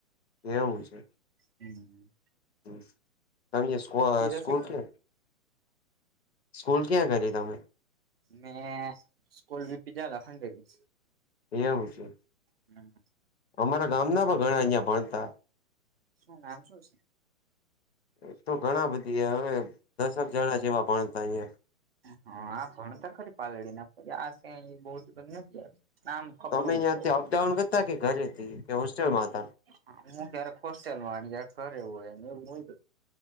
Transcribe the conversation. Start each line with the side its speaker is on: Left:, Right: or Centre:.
Left: એવું છે.
Right: હમ્મ.
Left: હમ્મ એમની સ્કો સ્કૂલ
Right: હશે
Left: ક્યાં? સ્કૂલ ક્યાં કરી તમે?
Right: મેં સ્કૂલ વીપી જાલા ખંડેરી.
Left: એવું છે.
Right: હમ્મ.
Left: અમારા ગામના પણ ઘણા અહ્યા ભણતા.
Right: શું નામ શું છે.
Left: એતો ઘણા બધી હવે દશક જણા જેવા ભણતા અહીંયા.
Right: હા આ ભણતા ખરી પાલડી ના પણ આ ક્યાં બહુ નથી આવી. નામ ખબર
Left: તમે
Right: હોય
Left: ત્યાંથી
Right: તો.
Left: અપડાઉન કરતા કે ઘરેથી કે હોસ્ટેલમાં હતા
Right: હા હું ક્યારેક હોસ્ટેલમાં હોય ને ક્યારેક ઘરે હોય ને એવું હોય.